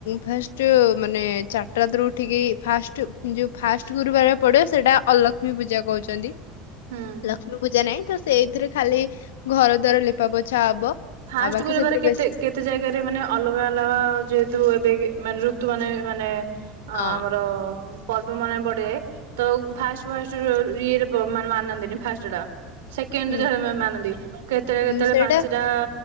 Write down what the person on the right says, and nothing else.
ହୁଁ।
ଫାଷ୍ଟ୍
ଗୁରୁବାରେ
କେତେ
କେତେ ଜାଗାରେ ମାନେ ଅଲଗା ଅଲଗା ଆ ଯେହେତୁ ଏବେକି ମାନେ ଋତୁ ମାନେ ମାନେ ଅ
ଆମର ପର୍ବମାନେ ପଡେ ତ ଫାଷ୍ଟ୍ ଫାଷ୍ଟ୍ ର ଇଏରେ ବ ମାନନ୍ତିନି ଫାଷ୍ଟ୍ ଟା ସେକେଣ୍ଡ୍
ଯାହା ମାମ୍ ମାନନ୍ତି କେତେବେଳେ
କେତେଳେ
ପାଞ୍ଚଟା